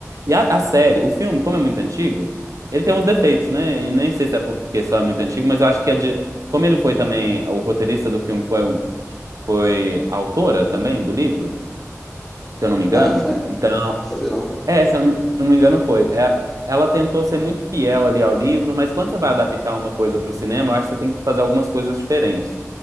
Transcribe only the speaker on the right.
E a, a série, o filme, como é muito antigo, ele tem uns defeitos, né? E nem sei se é porque só é muito antigo, mas eu acho que é de. Como ele foi também, o roteirista do filme foi, um- foi a autora também do livro se eu não me engano.
Então,
é, se eu não, me se eu não me engano, foi. É, ela tentou ser muito fiel ali ao livro, mas quando você vai adaptar uma coisa para o cinema, eu acho que você tem que fazer algumas coisas diferentes.